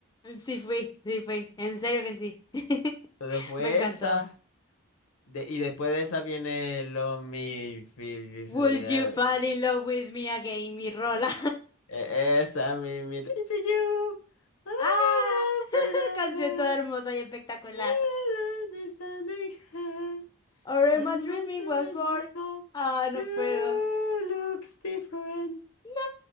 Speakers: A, on the left; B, on the left.
A: sí fui, sí fui, en serio que sí. <laughs>
B: entonces fue
A: Me encantó.
B: esa. de- y después de esa viene lo mi. fi-
A: Would
B: fi- eh,
A: you fall in love with me again, mi rola?
B: eh, eh, Esa, mi. mi Daisy You. I
A: Ah, <laughs>
B: am pretty,
A: canción toda hermosa y espectacular.
B: I am understanding her.
A: Or am
B: And
A: I dreaming
B: my dream
A: once
B: in
A: more?
B: my small.
A: Ah, no
B: You
A: puedo.
B: looks different.
A: No,